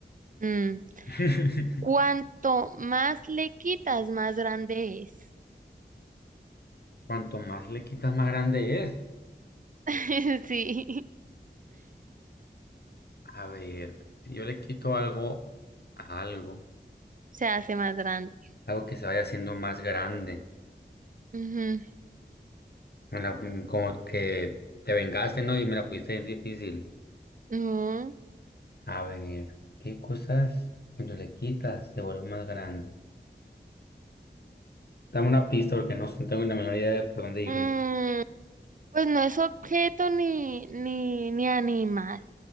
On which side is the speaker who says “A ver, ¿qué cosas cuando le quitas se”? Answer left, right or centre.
Left